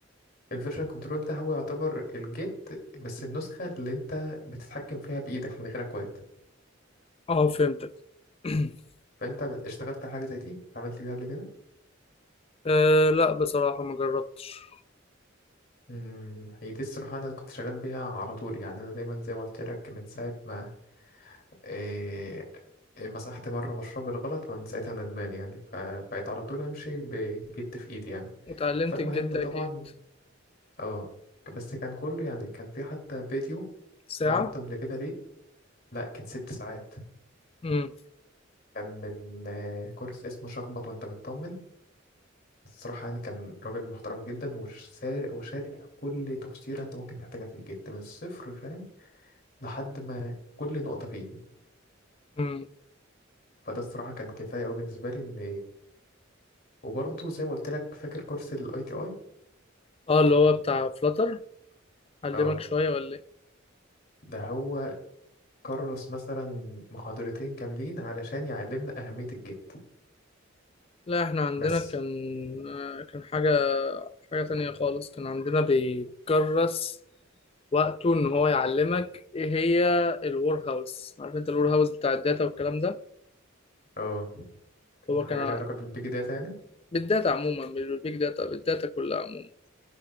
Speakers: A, on the left; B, on the left.
A: الفيرجن كنترول ده هو يعتبر الجيت بس النسخة اللي انت بتتحكم فيها بإيدك من غير اكواد
B: اه فهمتك <clears throat>
A: فانت اشتغلت على حاجة زي دي اتعاملت بيها قبل كده
B: أه لا بصراحة ما جربتش
A: امم هي دي الصراحة انا كنت شغال بيها على طول يعني انا دايما زي ما قلت لك من ساعة ما إيه مسحت مرة مشروع بالغلط من ساعتها ندمان يعني فبقيت على طول امشي بجيت في ايدي يعني
B: وتعلمت
A: فالمهم
B: الجيت أكيد
A: طبعا اه بس كان كله يعني كان في حتى فيديو
B: ساعة
A: بعته قبل كده ليه لا كان ست ساعات
B: امم
A: كان من آه، كورس اسمه شخبط وانت مطمن الصراحة يعني كان راجل محترم جدا وش سارق وشارح كل تفصيلة انت ممكن تحتاجها في الجد من الصفر فاهم لحد ما كل نقطة فيه
B: امم
A: فده الصراحة كان كفاية أوي بالنسبة لي إن وبرضه زي ما قلت لك فاكر كورس ال ITI
B: اه اللي هو بتاع فلاتر علمك
A: اه
B: شوية ولا ايه
A: ده هو كرس مثلا محاضرتين كاملين علشان يعلمنا أهمية الجد
B: لا احنا عندنا
A: بس
B: كان آه، كان حاجة حاجة تانية خالص كان عندنا بيكرس وقته ان هو يعلمك ايه هي الور هاوس عارف انت الور هاوس بتاع الداتا والكلام ده
A: اه كان
B: هو
A: حاجة
B: كان ع-
A: ليها علاقة بالبيج داتا يعني
B: بالداتا عموما مش بالبيج داتا بالداتا كلها عموما